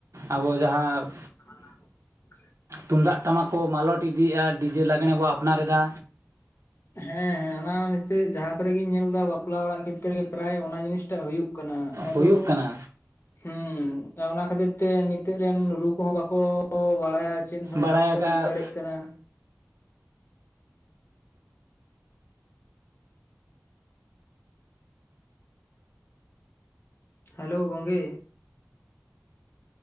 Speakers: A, on the right; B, on the left.
A: ᱟᱵᱚ ᱡᱟᱦᱟᱸ
B: <unintelligible>
A: ᱛᱩᱢᱫᱟᱜ ᱴᱟᱢᱟᱠ ᱠᱚ ᱢᱟᱞᱚᱴ ᱤᱫᱤᱭᱮᱜᱼᱟ, ᱰᱤᱡᱮ ᱞᱟᱸᱜᱽᱬᱮ ᱵᱚ ᱟᱯᱱᱟᱨᱮᱫᱟ᱾
B: ᱦᱮᱸ ᱦᱮᱸ ᱚᱱᱟ ᱱᱤᱛᱟᱹᱜ ᱡᱟᱦᱟᱸ ᱠᱚᱨᱮᱜᱤᱧ ᱧᱮᱞ ᱫᱟ ᱵᱟᱯᱞᱟ ᱚᱲᱟᱜ ᱠᱷᱮᱛᱨᱮ ᱨᱮᱜᱮ ᱯᱨᱟᱭ ᱚᱱᱟ ᱡᱤᱱᱤᱥ ᱴᱟᱜ ᱦᱩᱭᱩᱜ ᱠᱟᱱᱟ, ᱟᱫᱚ
A: ᱦᱩᱭᱩᱜ ᱠᱟᱱᱟ
B: ᱦᱩᱸ, ᱟᱨ ᱚᱱᱟ ᱠᱷᱟᱹᱛᱤᱨ ᱛᱮ ᱱᱤᱛᱚᱜ ᱨᱮᱱ ᱨᱩ ᱠᱚᱦᱚᱸ ᱵᱟᱠᱚ ᱵᱟᱲᱟᱭᱟ᱾ ᱪᱮᱫ ᱦᱚᱸ
A: ᱵᱟᱲᱟᱭ
B: ᱵᱟᱝᱠᱚ
A: ᱟᱠᱟᱜᱼᱟ
B: ᱵᱩᱡ ᱫᱟᱲᱮᱜ ᱠᱟᱱᱟ, ᱦᱮᱞᱳ, ᱜᱚᱝᱠᱮ᱾